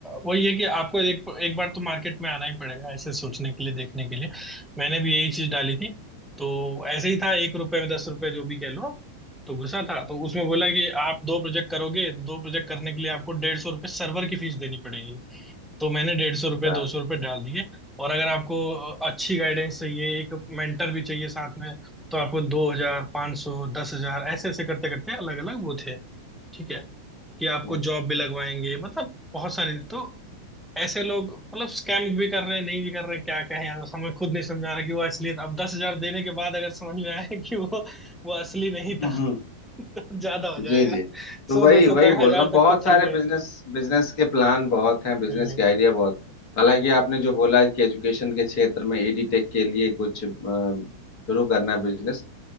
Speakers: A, in the centre; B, on the left.
A: वही है कि आपको एक एक बार तो मार्केट में आना ही पड़ेगा ऐसे सोचने के लिए देखने के लिए मैंने भी यही चीज डाली थी तो ऐसे ही था एक रुपए में दस रुपए जो भी कह लो आप, तो घुसा था तो उसमें बोला कि आप दो प्रोजेक्ट करोगे तो दो प्रोजेक्ट करने के लिए आपको डेढ़ सौ रुपये सर्वर की फीस देनी पड़ेगी तो मैंने डेढ़ सौ रुपये
B: अच्छा।
A: दो सौ रुपये डाल दिए और अगर आपको अ, अच्छी गाइडेंस चाहिए एक मेंटर भी चाहिए साथ में तो आपको दो हजार पाँच सौ दस हजार ऐसे ऐसे करते करते अलग अलग वो थे ठीक है कि आपको
B: हम्म
A: जॉब भी लगवाएंगे मतलब बहुत सारी तो ऐसे लोग मतलब स्कैम भी कर रहे हैं नहीं भी कर रहे हैं क्या कहें अब हमें खुद नहीं समझा रहा कि वो असली अब दस हजार देने के बाद अगर समझ में आया कि वो वो असली नहीं
B: हम्म,
A: था <laughs> तो ज्यादा हो जाएगा
B: जी जी तो
A: सौ
B: वही
A: दो सौ
B: वही
A: तक
B: बोल
A: हजार
B: रहा हूँ
A: तक
B: बहुत
A: तो ठीक
B: सारे
A: है
B: बिजनेस बिजनेस के प्लान बहुत हैं बिजनेस
A: हम्म।
B: के आइडिया बहुत हालांकि आपने जो बोला कि एजुकेशन के क्षेत्र में एडीटेक के लिए कुछ अ, शुरू करना है बिजनेस